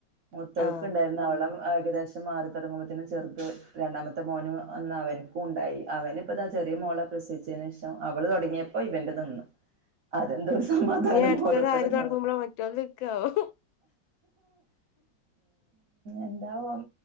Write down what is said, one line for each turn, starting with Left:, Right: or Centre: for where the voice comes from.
Right: മൂതോൽക്കുണ്ടായ്
Left: ആഹ്
Right: അവളും ഏകദേശം മാറി തുടങ്ങുമ്പൊ ത്തിനും ചെറുത് രണ്ടാമത്തെ മോനും ഒന്നവനും ക്കു ഉണ്ടായി അവനിപ്പ താ ചെറിയ മോളെ പ്രസവിച്ച ന് ശേഷം അവള് തുടങ്ങിയപ്പോ ഇവന്റെ നിന്നു അതെന്തോ ഒരു സമാധാനം
Left: ഇനി അട്
Right: ഓരോരുത്തര്
Left: ത്തത് ആര് തുടങ്ങുമ്പോളാ
Right: മാറും
Left: ഓ അ ത് നിക്കാ വോ
Right: എന്താവും